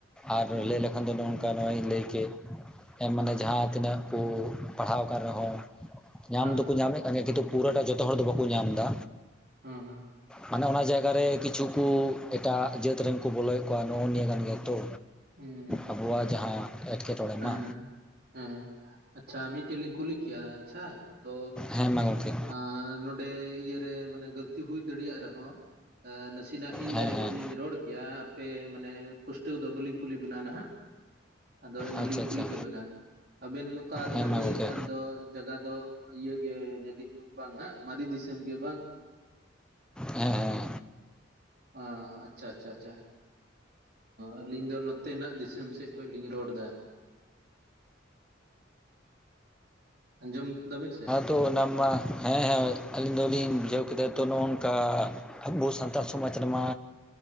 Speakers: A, in the centre; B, on the right (about 55°).
A: ᱟᱨ
B: ᱦᱩᱸ,
A: ᱞᱟᱹᱭ
B: ᱦᱮᱸ,
A: ᱞᱮᱠᱷᱟᱱ ᱫᱚ ᱱᱚᱝᱠᱟ ᱱᱚᱜᱼᱚᱭᱤᱧ ᱞᱟᱹᱭ ᱠᱮᱫ ᱮᱸ ᱢᱟᱱᱮ ᱡᱟᱦᱟᱸ ᱛᱤᱱᱟᱹᱜ ᱠᱩ ᱯᱟᱲᱦᱟᱣ ᱠᱟᱱ ᱨᱮᱦᱚᱸ ᱧᱟᱢ
B: ᱦᱮᱸ,
A: ᱫᱚᱠᱚ ᱧᱟᱢᱮᱫ ᱠᱟᱱ ᱜᱮᱭᱟ ᱠᱤᱱᱛᱩ ᱯᱩᱨᱟᱹᱴᱟᱜ ᱡᱚᱛᱚ ᱦᱚᱲ ᱫᱚ ᱵᱟᱠᱩ ᱧᱟᱢ ᱫᱟ᱾
B: ᱦᱩᱸ ᱦᱩᱸ
A: ᱢᱟᱱᱮ ᱚᱱᱟ ᱡᱟᱭᱜᱟᱨᱮ ᱠᱤᱪᱷᱩ ᱠᱩ ᱮᱴᱟᱜ ᱡᱟᱹᱛ ᱨᱮᱱ ᱠᱚ ᱵᱚᱞᱚᱭᱮᱫ ᱠᱚᱣᱟ ᱱᱚᱜᱼᱚ ᱱᱤᱭᱟᱹ ᱠᱟᱱ ᱜᱮᱭᱟ ᱛᱚ
B: ᱦᱩᱸ, ᱦᱮᱸ,
A: ᱟᱵᱚᱣᱟᱜ ᱡᱟᱦᱟᱸ ᱮᱸᱴᱠᱮᱴᱚᱸᱬᱮ
B: ᱦᱮᱸ,
A: ᱢᱟ
B: ᱦᱮᱸ ᱟᱪᱪᱷᱟ ᱢᱤᱫᱴᱮᱡ ᱞᱤᱧ ᱠᱩᱞᱤ ᱠᱮᱭᱟ ᱟᱪᱪᱷᱟ ᱛᱚ
A: ᱦᱮᱸ ᱢᱟ ᱜᱚᱢᱠᱮ
B: ᱟᱸ ᱱᱚᱸᱰᱮ ᱤᱭᱟᱹᱨᱮ ᱢᱟᱱᱮ ᱜᱟᱹᱞᱛᱤ ᱦᱩᱭ ᱫᱟᱲᱤᱭᱟᱜ ᱨᱮᱦᱚᱸ ᱱᱟᱥᱤᱱᱟᱜ ᱤᱱᱰᱟᱭᱨᱮᱠᱴᱞᱤᱧ
A: ᱦᱮᱸ ᱦᱮᱸ
B: ᱨᱚᱲ ᱠᱮᱭᱟ ᱟᱯᱮ ᱢᱟᱱᱮ ᱯᱩᱥᱴᱟᱹᱣ ᱫᱚ ᱵᱟᱹᱞᱤᱧ ᱠᱩᱞᱤ ᱵᱮᱱᱟ ᱱᱟᱦᱟᱜ ᱟᱫᱚ ᱮᱱᱦᱚᱸᱞᱤᱧ
A: ᱟᱪᱪᱷᱟ ᱟᱪᱪᱷᱟ
B: ᱠᱩᱞᱤ ᱠᱮᱵᱮᱱᱟ ᱟᱵᱮᱱ ᱚᱠᱟ ᱫᱚᱵᱮᱱ
A: ᱦᱮᱸ ᱢᱟ
B: ᱞᱟᱹᱭᱮᱫ
A: ᱜᱚᱢᱠᱮ
B: ᱠᱟᱱ ᱫᱚ ᱡᱟᱫᱟ ᱫᱚ ᱤᱭᱟᱹ ᱜᱮ ᱡᱟᱹᱱᱤᱡ ᱵᱟᱝ ᱦᱟᱜ ᱢᱟᱨᱤ ᱫᱤᱥᱟᱹᱢ ᱜᱮ ᱵᱟᱝ
A: ᱦᱮᱸ ᱦᱮᱸ
B: ᱚᱻ ᱟᱪᱼᱪᱷᱟ ᱟᱪᱪᱷᱟ ᱟᱪᱪᱷᱟ ᱟᱹᱞᱤᱧ ᱫᱚ ᱱᱚᱛᱮᱱᱟᱜ ᱫᱤᱥᱚᱢ ᱥᱮᱫ ᱠᱷᱚᱡ ᱞᱤᱧ ᱨᱚᱲ ᱫᱟ ᱟᱸᱡᱚᱢ ᱫᱟᱵᱤᱱ ᱥᱮ
A: ᱛᱚ ᱚᱱᱟ ᱢᱟ ᱦᱮᱸ ᱦᱮᱸ ᱟᱹᱞᱤᱧ ᱫᱚᱞᱤᱧ ᱵᱩᱡᱷᱟᱹᱣ ᱠᱮᱫᱟ ᱛᱚ ᱱᱚᱱᱠᱟ ᱟᱵᱩ ᱥᱟᱱᱛᱟᱲ
B: ᱦᱮᱸ
A: ᱥᱚᱢᱟᱡᱽ ᱨᱮᱢᱟ